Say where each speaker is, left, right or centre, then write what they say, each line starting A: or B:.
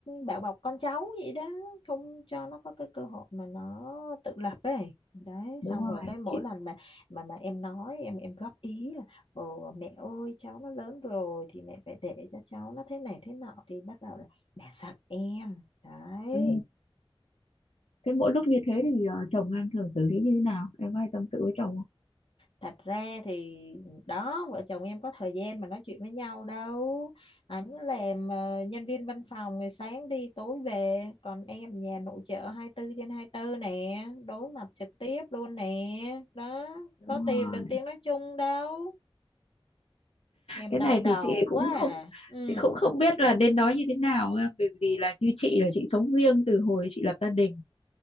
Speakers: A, on the left; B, on the left.
A: bảo bọc con cháu vậy đó không cho nó có cái cơ hội mà nó tự lập ấy đấy xong
B: Đúng rồi.
A: rồi cái mỗi
B: Chị
A: lần mà mà mà em nói em em góp ý Ồ, mẹ ơi cháu nó lớn rồi thì mẹ phải để cho cháu nó thế này thế nọ thì bắt đầu là mẹ giận em đấy
B: ừ. Thế mỗi lúc như thế thì ờ, chồng em thường xử lý như thế nào? Em có hay tâm sự với chồng không?
A: thật ra thì đó vợ chồng em có thời gian mà nói chuyện với nhau đâu anh làm ờ, nhân viên văn phòng ngày sáng đi tối về còn em nhà nội trợ hai mươi tư trên hai mươi tư nè đối mặt trực tiếp luôn nè đó
B: Đúng
A: có tìm
B: rồi.
A: được tiếng nói chung đâu em
B: cái
A: đau
B: này
A: đầu
B: thì chị cũng
A: quá à
B: không
A: ừ
B: chị cũng không biết là nên nói như thế nào cơ. bởi vì là như chị là chị sống riêng từ hồi chị lập gia đình